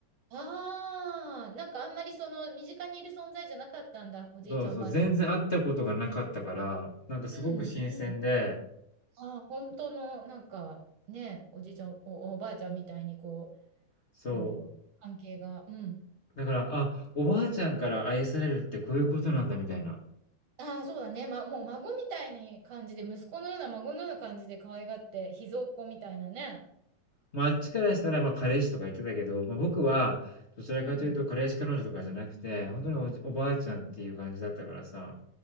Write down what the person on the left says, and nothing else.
そうそう、全然会ったことがなかったから、なんかすごく新鮮で、
そ
う、だから、あ、おばあちゃんから愛されるってこういうことなんだみたいな。
まあ、あっちからしたら、まあ、彼氏とか言ってたけど、まあ、僕は、どちらかというと、
彼氏彼女とかじゃなくて、本当におじおばあちゃんっていう感じだったからさ。